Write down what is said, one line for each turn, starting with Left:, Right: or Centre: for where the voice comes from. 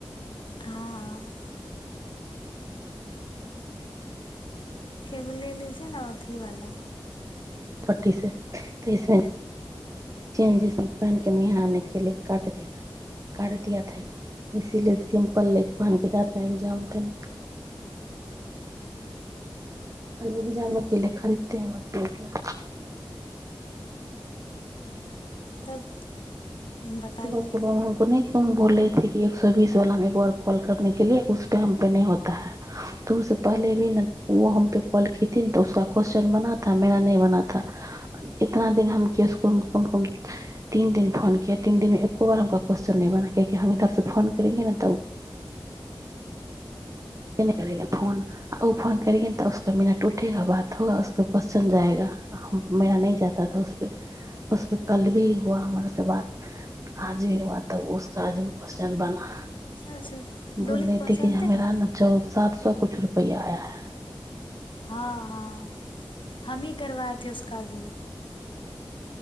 Left: हाँ एगले ल छै ने अथीवाला
Right: पटी से तऽ इसमे चज पहन के निहे के ल कटाट दियाा एक बार इसीलि सिम्पल ल पहन के जात एक्जामे ने खाली ए्जाम
Left: हाँ
Right: अकेले खरीदते है बस रुपआ
Left: तब बताइए
Right: सुबह सुबह हम नहि तुम बोल रहेथे कि एक सए बीस वालामे एक बार कॉल करने के लि उसपे हम पे न होता है तुम से पहले भी ने वो हम पे कॉल कीतीी ने तऽ उसका क्वस््चन बनाथा मेरा नहि बनाथा इतना दिन हम कि उसको कम कम तीन दिन फोन क तीन दिनमे एक्को बार हमक क्वेश्चन नहि बना कआाकि हम इधर से फोन करेंगे ने तऽ करे फोन आ ओ फोन करेंगे न तऽ उसक मना टूठेगा बात होगा उसपे क्वेशस््चन जाएगा मेरा नहि जाताथा उसपे उसपे कल भी हुआ हमरास से बात आज भी हुआ तब उसक आज भी क्वस््चन बना
Left: अच्छा
Right: बोल
Left: डोली
Right: रहे
Left: को पहचानते
Right: ती कि हमरा
Left: हैं
Right: न चौद साात सए किछ रुपैआ आय है
Left: हँ हँ हमी करवएथे उसका भी